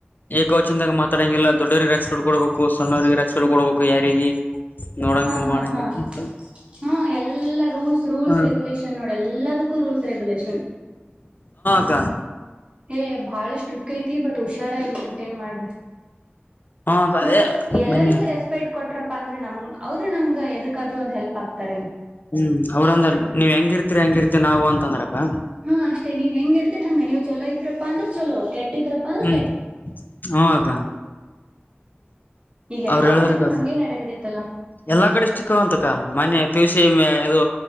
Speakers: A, on the left; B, on the right.
A: ಏಕ್ ಚಂದಾಗ ಮಾತಾಡಂಗಿಲ್ಲ ದೊಡ್ಡವರಿಗೆ ರೆಕ್ಸ್ಪೆಕ್ಟ್ ಕೊಡ್ಬೇಕು ಸಣ್ಣವ್ರರಿಗೆ ರೆಸ್ಪೆಕ್ಟ್ ಕೊಡ್ಬೇಕು ಯಾರಿಗೆ ನೋಡಂಗಿಲ್ಲ
B: ಹಾ ಹಾ
A: ಮಾಡಂಗಿಲ್ಲ
B: ಹಾ
A: ಅಂತ
B: ಹ್ಮ ಎಲ್ಲಾ ರೂಲ್ಸ್ ರೂಲ್ಸ್
A: ಹ
B: ರೆಗ್ಯುಲೇಷನ್ ನೋಡ ಎಲ್ಲದಕ್ಕೂ ರೂಲ್ಸ್ ರೆಗ್ಯುಲೇಷನ್
A: ಕ
B: ಹೇ ಬಹಳ ಸ್ಟ್ರಿಕ್ ಐತಿ ಬಟ್ ಹುಷಾರಾಗಿ ಮೇಂಟೈನ್ ಮಾಡ್ರಿ
A: ಹ ಅಕ್ಕ
B: ನೋಡು
A: ಅದೇ
B: ಎಲ್ಲರಿಗೂ
A: ಬನ್ನಿ
B: ರೆಸ್ಪೆಕ್ಟ್ ಕೊಟ್ರ ಪ್ಪ ಅಂದ್ರೆ ನಮ್ ಅವರು ನಮ್ಗೆ ಎದಕ್ಕಾದ್ರು ಒಂದ್ ಹೆಲ್ಪ್ ಆಗ್ತಾರಲ್ಲ
A: ಹ್ಮ್ ಅವ್ರ ಅಂದ್ರ ನೀವ್ ಹೆಂಗಿರ್ತಿೀರಿ ಹೆಂಗಿರ್ತತಿರಿ ನಾವು ಅಂತಂದ್ರಕ್ಕ
B: ಹಾ ಅಷ್ಟೇ ನೀವ್ ಹೆಂಗ ಇರ್ತೀರಿ ಹಂಗ ನೀವು ಚೊಲೋ ಇದ್ರಪ್ಪ ಅಂದ್ರೆ ಚಲೋ ಕೆಟ್ಟ ಕೆಟ್ಟಿದ್ರಪ್ಪಾ ಅಂದ್ರ
A: ಹ್ಮ್ ಹ
B: ಈಗೆಲ್ಲಾ
A: ಅವ್ರ ಹೇಳುದ್ರಕ್ಕ
B: ಕಡೆನೂ ಹಂಗೆ ನಡಗದೈತ್ತಲ್ಲ
A: ಎಲ್ಲಾ ಕಡೆಷ್ಟಿಕ್ಕಂತಕ್ಕ ಮನ್ಯ ಪಿ ಯುಸ ಮ ಇದು